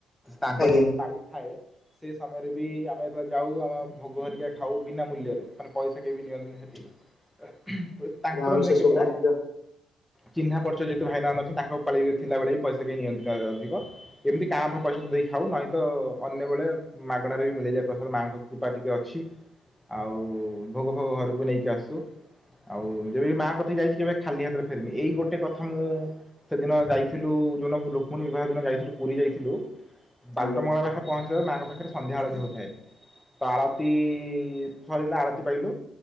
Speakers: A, in the centre; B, on the left.
A: ତାଙ୍କର
B: ଆଜ୍ଞା
A: ଯେବେ ପାଳି ଥାଏ ସେ ସମୟରେ ବି ଆମେ ଯେବେ ଯାଉ ଆମ ଭୋଗ ହେରିକା ଖାଉ ବିନା ମୂଲ୍ୟରେ। ମାନେ ପଇସା କେହି ବି ନିଅନ୍ତିନି ସେଠି ତାଙ୍କର
B: ଆଉ
A: ନୁହେଁ
B: ସେ
A: କେବଳ
B: ସୌଭାଗ୍ୟ
A: ଚିହ୍ନା ପରିଚୟ ଯେତଳୁ ଭାଇନା ନଥିଲେ ମାନେ ଅଛନ୍ତି ତାଙ୍କ ପାଳି ଥିଲା ବେଳେ ବି ପଇସା କେହି ନିଅନ୍ତି ଅଧିକ। କେମିତି କାଁ ଭାଁ ପଇସା ତ ଦେଇ ଖାଉ ନାଇଁ ତ ଅନ୍ୟବେଳେ ମାଗଣାରେ ବି ମିଳିଯାଏ ପ୍ରସାଦ ମାଙ୍କ କୃପା ଟିକେ ଅଛି ଆଉ ଭୋଗ ଫୋଗ ଘରକୁ ନେଇକି ଆସେ। ଆଉ ଯେବେ ମା କତିକି ଯାଇଛି କେବେ ଖାଲି ହାତରେ ଫେରିନି ଏଇ ଗୋଟେ କଥା ମୁଁ ସେଦିନ ଯାଇଥିଲୁ ଯୋଉ ଦିନ <unintelligible> ଯାଇଥିଲୁ ପୁରୀ ଯାଇଥିଲୁ ବାଟମଙ୍ଗଳା
B: ଆଜ୍ଞା
A: ହା ପହଞ୍ଚିବାରୁ ମାଙ୍କ ପାଖରେ ସନ୍ଧ୍ୟା ଆଳତୀ ହୋଉଥାଏ ତ ଆଳତୀ ସଇଲା ଆଳତୀ ପାଇଲୁ